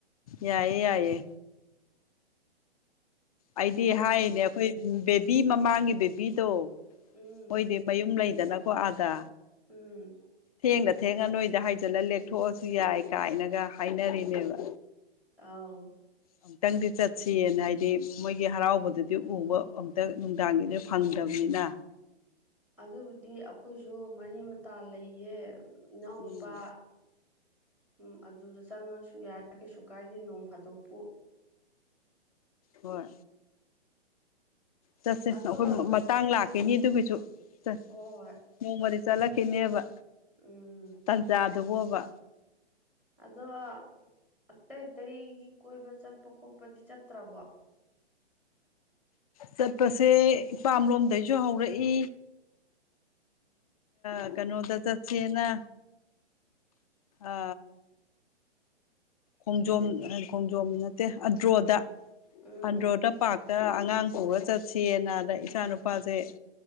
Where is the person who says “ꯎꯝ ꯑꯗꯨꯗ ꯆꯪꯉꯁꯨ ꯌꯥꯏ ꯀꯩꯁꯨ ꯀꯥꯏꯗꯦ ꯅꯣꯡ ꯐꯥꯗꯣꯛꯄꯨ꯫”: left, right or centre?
Centre